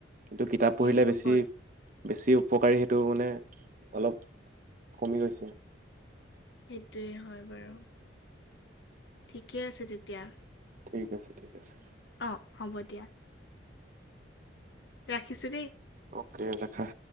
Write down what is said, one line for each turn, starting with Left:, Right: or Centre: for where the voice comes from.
Right: কিন্তু কিতাপ পঢ়িলে
Left: সেইটো
Right: বেছি।
Left: হয়
Right: বেছি উপকাৰী সেইটো মানে অলপ কমি গৈছে।
Left: সেইটোয়ে হয় বাৰু। ঠিকে আছে তেতিয়া।
Right: ঠিক আছে ঠিক আছে।
Left: অ' হ'ব দিয়া। ৰাখিছো দেই।
Right: অ'কে ৰাখা।